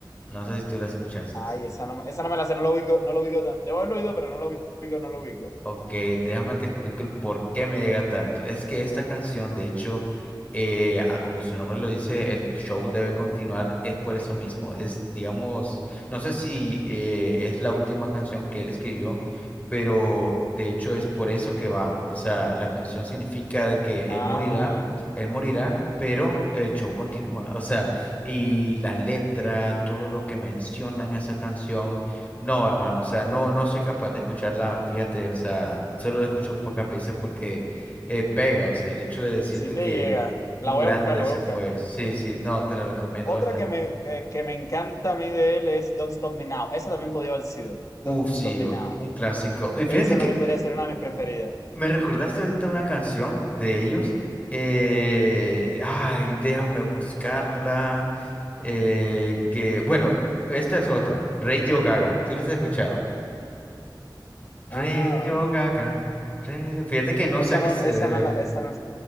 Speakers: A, on the left; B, on the left.
A: No sé si tú la escuchaste.
B: Ay, esa no, me- esa no me la sé, no lo ubico, no lo ubico tanto. Debo haberlo oído, pero no lo ubico, no lo ubico.
A: Ok, déjame te explico el por qué me llega tanto. Es que esta canción, de hecho, eh, a como su nombre lo dice, el show debe continuar, es por eso mismo. Es, digamos, no sé si eh, es la última canción que él escribió, pero de hecho es por eso que va. O sea, la canción significa de que
B: Ah,
A: él morirá, él morirá, pero el show continúa. O sea, y las letras, todo lo que mencionan esa canción. No, hermano, o sea, no, no soy capaz de escucharla, fíjate, o sea, solo la escucho pocas veces porque eh, pega, o sea, el hecho de decir
B: sí
A: de
B: te
A: que
B: llega.
A: un
B: La voy
A: grande
B: a buscar, la
A: se
B: voy a buscar.
A: fue, sí, sí, no, te la recomiendo
B: Otra
A: bastante.
B: que me, que, que me encanta a mí de él es Don't Stop Me Now. Esa también podía haber sido.
A: Uf,
B: Don't
A: sí,
B: Stop Me
A: o-
B: Now.
A: un clásico. Y fíjate
B: Esa
A: que
B: también podría ser una de mis preferidas.
A: me recordaste ahorita una canción de ellos, eh, ay, déjame buscarla, eh, que, bueno, esta es otra, Radio Gaga, ¿tú la has escuchado?
B: Ah,
A: Radio Gaga, Radio- fíjate que no
B: esa
A: sé a qué
B: no,
A: se
B: esa
A: debe.
B: no, la- esa no.